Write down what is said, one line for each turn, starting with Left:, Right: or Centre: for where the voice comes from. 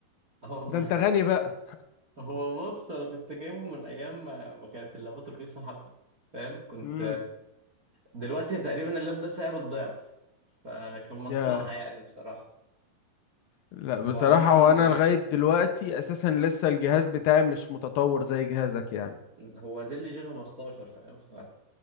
Right: اه والله
Left: ده انت غني بقى
Right: <laughs> هو بص انا كنت جايبه من ايام ما ما كانت اللابات رخيصه حبه فاهم كنت
Left: امم
Right: دلوقتي تقريبا اللاب ده سعره الضعف فكان مصلحة
Left: ياه
Right: يعني بصراحة
Left: لا بصراحة
Right: هو عموما
Left: هو انا
Right: آه،
Left: لغاية دلوقتي اساسا لسه الجهاز بتاعي مش متطور زي جهازك يعني
Right: هو ده اللي جي 15 فاهم ف